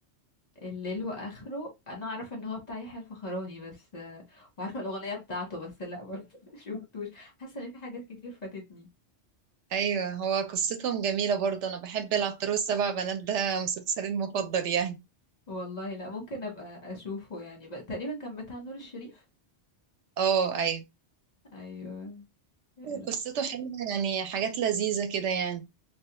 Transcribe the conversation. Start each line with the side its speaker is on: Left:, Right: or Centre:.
Left: الليل واخره انا اعرف ان هو بتاع يحيى الفخراني بس آه، وعارفه الاغنيه بتاعته بس لا برضه <laughs> شفتوش حاسه ان في حاجات كتير فاتتني
Right: أيوه هو قصتهم جميلة برضه أنا بحب العطار والسبع بنات ده مسلسلي المفضل يعني
Left: والله لا ممكن ابقى اشوفه يعني بقى تقريبا كان بتاع نور الشريف
Right: اه أيوه
Left: ايوه لا.
Right: قصته حلوة يعني حاجات لذيذة كده يعني